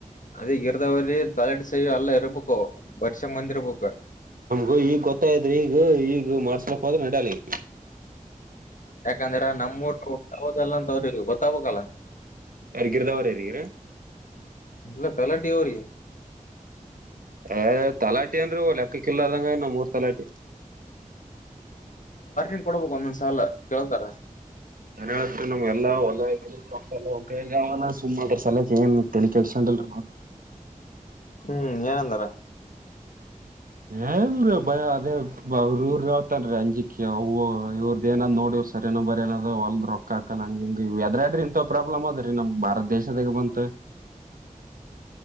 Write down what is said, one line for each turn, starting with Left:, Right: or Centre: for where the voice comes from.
Left: ಅದ ಗಿರ್ದವ್ರ ತಲಾಟಿ ಸೈ ಎಲ್ಲ ಇರ್ಬೇಕವು ಬರೆಸಂ ಬಂದಿರ್ಬೇಕು
Right: ನಮ್ಗೂ ಈಗ ಗೊತ್ತಾಗೆದರಿ ಈಗ ಈಗ ಮಾಡಸ್ಲಕ್ ಹೋದ್ರ ನಡಲ್ಲ ಈಗ
Left: ಯಾಕಂದ್ರೆ ನಮ್ಮ್ ಊಟ್ದಲ್ಲ ಅಂತ ಅವ್ರಿಗೆ ಗೊತ್ತಾಗಕ್ಲ್
Right: ಯಾರಿಗ ಗಿರದ್ದವರರಿಗರಿ
Left: ಇಲ್ಲ ತಲಾಟಿಗ ಅವರಿಗ
Right: ಏ ತಲಾಟಿ ಏನ್ರಿ ಲೆಕ್ಕಕಿಲ್ಲ ಆದಂಗಾನ ನಮ್ಮೂರ್ ತಲಾಟಿ
Left: ನ್ ಕೊಡ್ಬೇಕು ಒಂದೊಂದ್ ಸಲ ಕೇಳ್ತಾರ
Right: ಏನ್ ಹೇಳತ್ರಿ ನಮ್ಗೆಲ್ಲ ಹೊಲ ಹಾಕಿದ ರೊಕ್ಕೆಲ್ಲ ಅವನ ಕೈಯಾಗ ಅವ ಸುಮ್ಮ ಅದ್ರ ಸಲಯಕ್ ಏನ್ ತೆಲಿ ಕೆಡಿಸ್ಕೊಂಡಿಲ್ರಿ
Left: ಹ್ಮ್ ಏನಂದಾರ
Right: ಏನಿಲ್ರರಿ ಭಯ ಅದೇ ಅವ್ರರು ಇವ್ರ ಹೇಳ್ತನ ರೀ ಅಂಜಿಕಿ ಅವು ಇವ್ರದೆನ್ ನೋಡಿ ಸರಿನಾ ಬರೇಯಲದು ಹೊಲ್ದ್ ರೊಕ್ಕಾಕಲ್ಲ ಹಂಗೆ ಹಿಂಗೇ ಅದ್ರ್ಯಾಡ್ರ ಇಂತ ಪ್ರಾಬ್ಲಮ್ ಅದ ರೀ ನಮ್. ಭಾರತ್ ದೇಶದಗೆ ಬಂದತ.